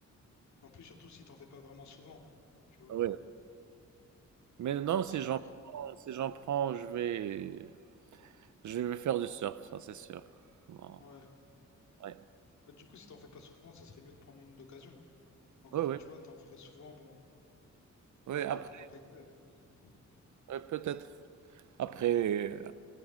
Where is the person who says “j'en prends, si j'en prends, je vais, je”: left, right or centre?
Right